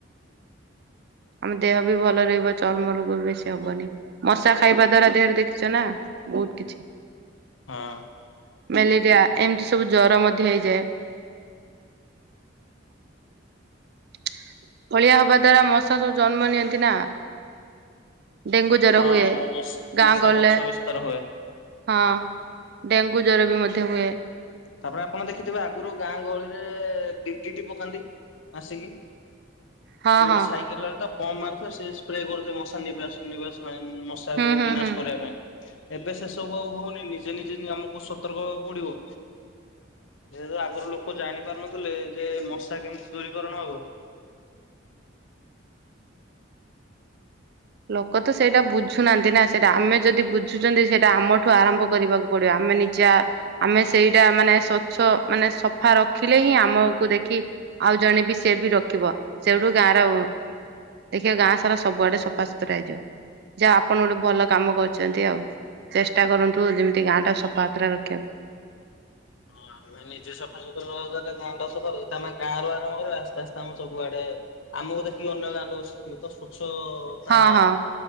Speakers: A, on the right; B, on the left.
A: ଆମ ଦେହ ବି ଭଲ ରହିବ, ଚର୍ମ ରୋଗ ବି ବେଶୀ ହବନି, ମଶା ଖାଇବା ଦ୍ଵାରା ଦେହରେ ଦେଖିଛ ନା। ବହୁତ କିଛି।
B: ହଁ
A: ମ୍ୟାଲେରିଆ, ଏମିତି ସବୁ ଜର ମଧ୍ୟ ହେଇଯାଏ। <inaudible> ଅଳିଆ ହବା ଦ୍ଵାରା ମଶା ସବୁ ଜନ୍ମ ନିଅନ୍ତି ନା। ଡେଙ୍ଗୁ ଜର
B: ହଁ
A: ହୁଏ,
B: ମଶା
A: ଗାଁ
B: ମଶା
A: ଗହଳିରେ
B: ବଂଶ ବିସ୍ତାର ହୁଏ।
A: ହଁ ଡେଙ୍ଗୁ ଜର, ବିି ମଧ୍ୟ ହୁଏ।
B: ତାପରେ ଆପଣ ଦେଖିଥିବେ, ଆଗରୁ ଗାଁ ଗହଳିରେ ଡି ଡି ଟି ପକାନ୍ତି ଆସିକି।
A: ହଁ
B: ସେ ଗୋଟେ
A: ହଁ
B: ସାଇକେଲ ଆଣି ପମ୍ପ ମାରିଥିବ ସେ ସ୍ପ୍ରେ କରୁଥିବ ମଶା ନିବାସ ନିବାସ ପାଇଁ। ମଶା
A: ହୁଁ
B: କୁ
A: ହୁଁ
B: ବିନାଶ
A: ହୁଁ।
B: କରିବା ପାଇଁ। ଏବେ ସେ ସବୁ ଆଉ ହଉନି ନିଜେ ନିଜେ ନି ଆମକୁ ସତର୍କ ହେବାକୁ ପଡିବ। ଯେହେତୁ ଆଗରୁ ଲୋକ ଜାଣି ପାରୁନଥିଲେ ଯେ ମଶା କେମିତି ଦୂରୀକରଣ ହବ।
A: ଲୋକ ତ ସେଇଟା ବୁଝୁନାହାନ୍ତି ନା ସେଇଟା ଆମେ ଯଦି ବୁଝୁଛନ୍ତି ସେଇଟା ଆମଠୁ ଆରମ୍ଭ କରିବାକୁ ପଡିବ ଆମେ ଆମେ ନିଜା ଆମେ ସେଇଟା ମାନେ ସ୍ଵଚ୍ଛ ମାନେ ସଫା ରଖିଲେ ହିଁ ଆମକୁ ଦେଖି ଆଉ ଜଣେ ବି ସିଏ ବି ରଖିବ, ସେଇଠୁ ଗାଁ ର ଟିକେ ଗାଁ ସାରା ସବୁଆଡେ ସଫାସ ରା ହେଇଯିବ, ଯାହା ଆପଣ ଗୋଟେ ଭଲ କାମ କରୁଛନ୍ତି ଆଉ। ଚେଷ୍ଟା କରନ୍ତୁ ଯେମିତି ଗାଁ ଟା ସଫା ସୁତୁରା ରଖିବାକୁ।
B: ହଁ ଆମେ ନିଜେ ସଫାସୁତୁରା ରହନ୍ତେ ଗାଁଟା ସଫା ରହନ୍ତା, ଆମେ ଗାଁରୁ ଆରମ୍ଭ କରି ଆସ୍ତେ ଆସ୍ତେ ଆମ ସବୁଆଡେ ଆମକୁ ଦେଖିକି ଅନ୍ୟ ଗାଁ ଲୋକ ଶିଖିବେ ତ। ସ୍ଵଚ୍ଛତା
A: ହଁ ହଁ